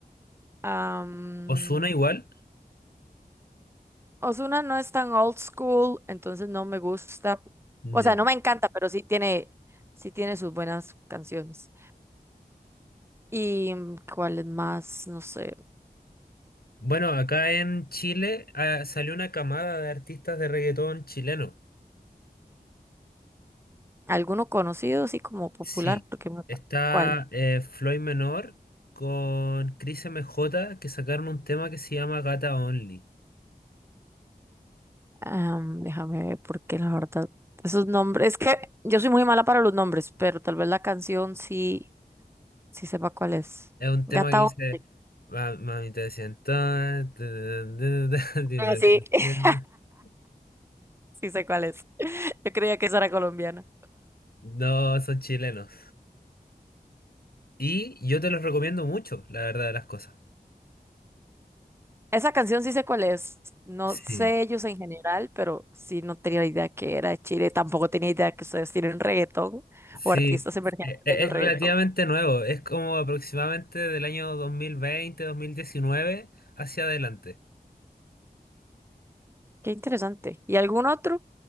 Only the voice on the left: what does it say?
Ozuna igual.
Ya.
Bueno, acá en Chile ah, salió una camada de artistas de reggaetón chileno.
Sí,
está
eh, Floyd Menor con Chris M J que sacaron un tema que se llama Gata Only.
Es un tema
que dice,
"Ma- mami te siento, tan, tan, tan, tan, dime
tu
tema". <laughs>
No, son chilenos. Y yo te los recomiendo mucho, la verdad de las cosas.
Sí,
sí,
e- e-
es
relativamente nuevo, es como aproximadamente del año dos dos mil veinte dos mil diecinueve hacia adelante.